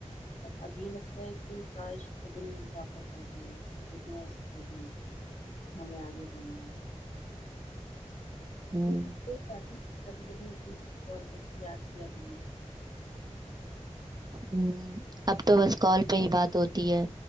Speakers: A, on the left; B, on the right.
A: اب یہ لگتا ہے کہ کاش دل واپس آ جائیں ل ا ہو کوئی نا <unintelligible> ہمیں آگے بڑھنا ہے
B: ہوں،
A: لیکن پ س کبھی کبھی ایک دوسے کو کال کر یاد کیا کر م
B: ہ اب تو بس کال پہ ہی بات ہوتی ہے